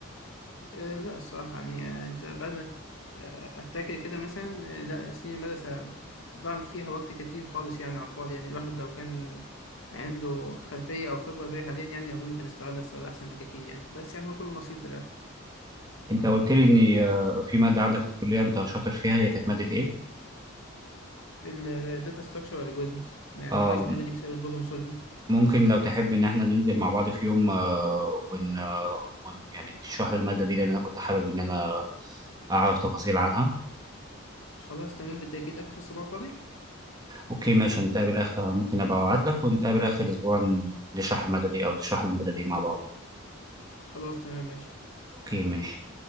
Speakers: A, on the left; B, on the right.
A: آه، لا الصراحة يعني آه، أنت بعد ما ت- آه، أفتكر كده مثلا آه، لا سنين المدرسة ضاع فيها وقت كتير خالص يعني على الفاضي يعني الواحد لو كان عنده خلفية أو خبرة زي حاليا يعني أظن كان استغلها استغلال أحسن بكتير يعني بس يعني هو كله نصيب في الآخر
B: انت قلت لي ان آه، في ماده عندك في الكليه انت شاطر فيها هي كانت ماده ايه
A: الداتا ستراكشر والالجوريزمز يعني
B: آه
A: كويس في الحتة دي بسبب البروبلم سولفنج
B: ممكن لو تحب ان احنا ننزل مع بعض في يوم آه ون, آه ون يعني تشرح لي الماده دي لان انا كنت حابب ان انا اعرف تفاصيل عنها
A: خلاص تمام بالتأكيد آخر صباع فاضي
B: اوكي ماشي نتقابل آخر آه، ممكن ابقى ابعت لك ونتقابل اخر اسبوع نشرح الماده دي او تشرح لي الماده دي مع بعض
A: خلاص تمام ماشي
B: اوكي ماشي